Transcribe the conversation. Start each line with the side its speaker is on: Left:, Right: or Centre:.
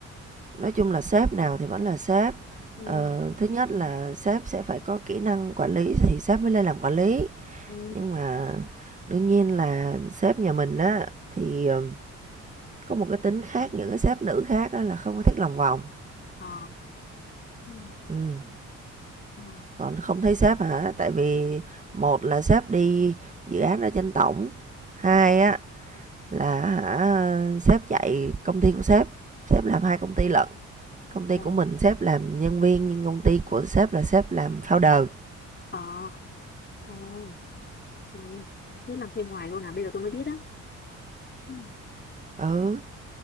Right: Nói chung là sếp nào thì vẫn là sếp.
Left: ừ
Right: Ờ, thứ nhất là sếp sẽ phải có kỹ năng quản lý thì sếp mới lên làm quản lý.
Left: ừ
Right: Nhưng mà đương nhiên là sếp nhà mình á thì ờ, có một cái tính khác những cái sếp nữ khác á là không có thích lòng vòng.
Left: ờ ừ.
Right: Ừ.
Left: ừ
Right: Còn không thấy sếp hả? Tại vì một là sếp đi dự án ở trên tổng, hai á là hả sếp chạy công ty của sếp, sếp làm hai công ty lận. Công ty
Left: ờ
Right: của mình sếp làm nhân viên nhưng công ty của sếp là sếp làm founder.
Left: ờ ờ ok cứ làm thêm ngoài luôn à bây giờ tôi mới biết á Ừ.
Right: Ừ,